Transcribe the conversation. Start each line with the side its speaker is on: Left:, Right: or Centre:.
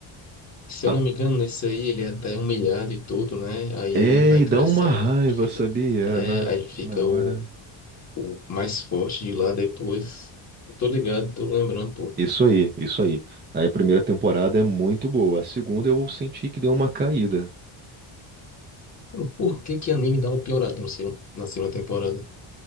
Left: Se eu
Right: A-
Left: não me engano, nesse aí ele é até humilhado e tudo, né? Aí
Right: É,
Left: ele vai
Right: e
Left: crescendo,
Right: dá uma raiva,
Left: ele fica,
Right: sabia?
Left: é,
Right: Na,
Left: aí ele fica
Right: na hora.
Left: o, o mais forte de lá depois. Eu tô ligado, tô lembrando, pô.
Right: Isso aí, isso aí. Aí a primeira temporada é muito boa. A segunda eu senti que deu uma caída.
Left: Mano, Por que que anime dá uma piorada no segundo, na segunda temporada?